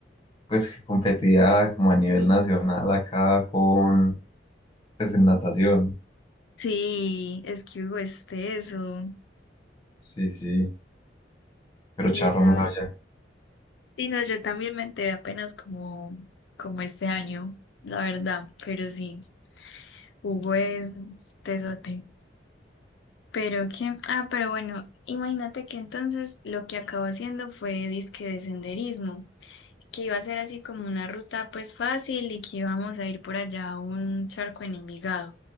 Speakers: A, on the left; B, on the left.
A: pues que competía como a nivel nacional acá con, pues en natación.
B: sí, es que Hugo es teso,
A: Sí, sí, pero Charro
B: le sabe.
A: no sabía.
B: Sí, no, yo también me enteré apenas como, como este año, la verdad, pero sí, Hugo es tesote. Pero que, ah, pero bueno, imagínate que entonces lo que acabó haciendo fue disque de senderismo, que iba a ser así como una ruta pues fácil y que íbamos a ir por allá a un charco en Envigado.